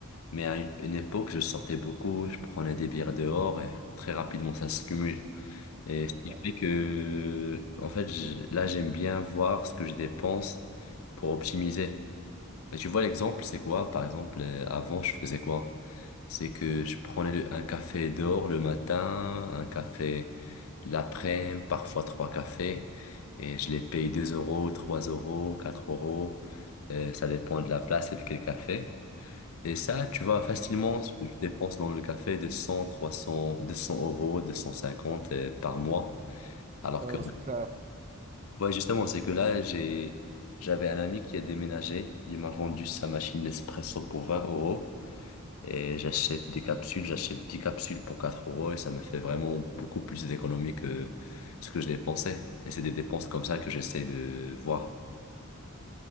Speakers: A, on the left; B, on the right.
A: Mais à une, une époque, je sortais beaucoup, je prenais des bières dehors et très rapidement, ça se cumule. Et ce
B: C'est clair.
A: qui fait que, en fait, je- là, j'aime bien voir ce que je dépense pour optimiser. Et tu vois, l'exemple, c'est quoi? Par exemple, euh, avant, je faisais quoi? C'est que je prenais le- un café dehors le matin, un café l'après-midi, parfois trois cafés, et je les paye 2 euros, 3 euros, 4 euros, euh, ça dépend de la place et de quel café. Et ça, tu vois, facilement, je dépense dans le café de 100, 200 euros, 250 euh, par mois, alors
B: Ouais,
A: que
B: non, c'est clair.
A: Ouais, justement, c'est que là, j'ai, j'avais un ami qui a déménagé. Il m'a vendu sa machine Nespresso pour 20 euros. Et j'achète des capsules, j'achète 10 capsules pour 4 euros et ça me fait vraiment beaucoup plus d'économies que ce que je dépensais. Et c'est des dépenses comme ça que j'essaie de voir.